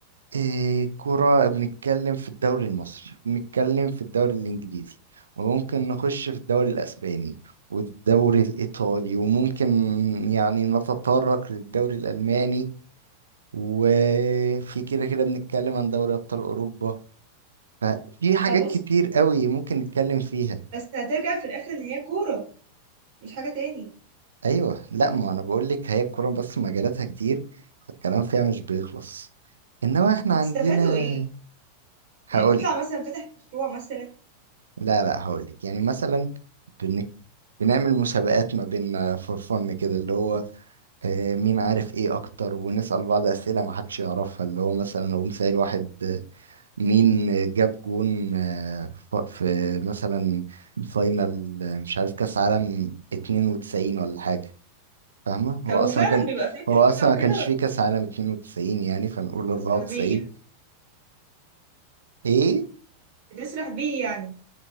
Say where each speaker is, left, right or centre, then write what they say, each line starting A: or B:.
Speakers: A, on the right (about 70°); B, on the right (about 45°).
A: إيه كرة بنتكلم في الدوري المصري بنتكلم في الدوري الإنجليزي وممكن نخش في الدوري الأسباني والدوري الإيطالي وممكن يعني نتطرق للدوري الألماني وفي كده كده بنتكلم عن دوري أبطال أوروبا ففي حاجات
B: اه بص
A: كتير قوي ممكن نتكلم فيها
B: بس هترجع في الاخر ان هي كوره مش حاجه تاني
A: أيوة لا ما أنا بقول لك هي الكرة بس مجالاتها كتير فالكلام فيها مش بيخلص إنما إحنا
B: بتستفادوا
A: عندنا
B: ايه
A: هقول
B: يعني بتطلع
A: لك
B: مثلا فاتح مشروع مثلا
A: لا لا هقول لك يعني مثلا بنك... بنعمل مسابقات ما بيننا فور فن كده اللي هو آه، مين عارف ايه اكتر ونسأل بعض اسئلة ما حدش يعرفها اللي هو مثلا اقوم سائل واحد آه، مين جاب جون آه، ف- في مثلا فاينل آه، مش عارف كاس عالم 92 ولا حاجة فاهمة
B: طب
A: هو اصلا
B: وفعلا
A: كان
B: بيبقى فاكر
A: هو
B: بقى
A: اصلا
B: وكده
A: ما كانش
B: ولا
A: فيه كاس عالم 92 يعني فنقول 94
B: بتسرح بيه يعني
A: ايه
B: بتسرح بيه يعني